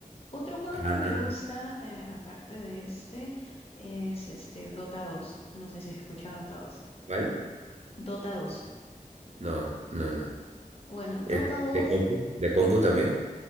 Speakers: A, on the left; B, on the right.
A: Otro juego
B: Ah,
A: que me gusta, eh, aparte de este, es este Dota 2. No sé si has escuchado Dota 2.
B: ¿cuál?
A: Dota 2.
B: No, no, no.
A: Bueno, Dota
B: Eh,
A: 2
B: ¿De, compu? ¿De compu también?